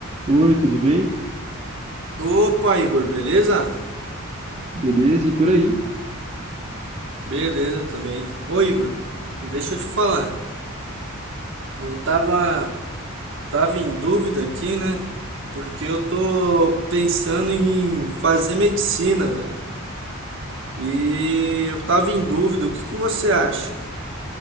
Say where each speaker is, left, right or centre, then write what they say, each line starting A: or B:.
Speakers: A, on the right; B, on the right.
A: Oi, tudo bem?
B: Opa, Igor, beleza?
A: Beleza, e por aí?
B: Beleza também. Ô, Igor, deixa eu te falar. Eu tava, tava em dúvida aqui, né? Porque eu tô pensando em fazer medicina, velho. E eu tava em dúvida, o que que você acha?